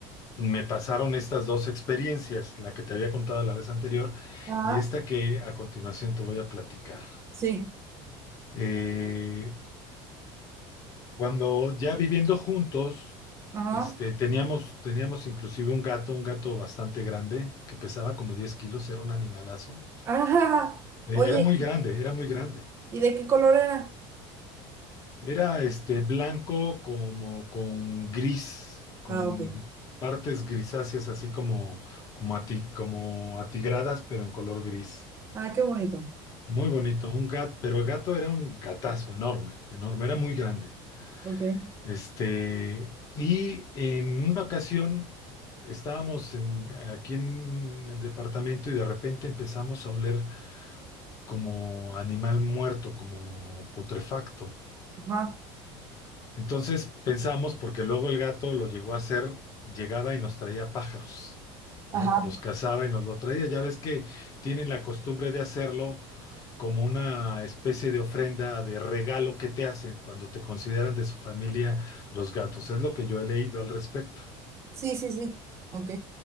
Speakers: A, on the left; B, on the right.
A: me pasaron estas dos experiencias, la que te había contado la vez anterior
B: ajá,
A: y esta que a continuación te voy a platicar.
B: sí,
A: Eh, Cuando ya viviendo juntos,
B: ajá,
A: este, teníamos, teníamos inclusive un gato, un gato bastante grande, que pesaba como 10 kilos, era un animalazo.
B: <laughs> ajá.
A: Eh,
B: Oye,
A: era muy
B: ¿y
A: grande, era muy grande.
B: y de qué color era?
A: Era este blanco como con gris, con
B: Ah, ok.
A: partes grisáceas así como, como, ati- como atigradas, pero en color gris.
B: Ah, qué bonito.
A: Muy bonito, un gato, pero el gato era un gatazo enorme, enorme, era muy grande.
B: Ok.
A: Este, y en una ocasión estábamos en- aquí en el departamento y de repente empezamos a oler como animal muerto, como putrefacto.
B: Ajá.
A: Entonces pensamos, porque luego el gato lo llegó a hacer, llegaba y nos traía pájaros,
B: Ajá.
A: ¿no? Los cazaba y nos lo traía. Ya ves que tienen la costumbre de hacerlo como una especie de ofrenda, de regalo que te hacen cuando te consideran de su familia los gatos. Es lo que yo he leído al respecto.
B: Sí, sí, sí. Ok.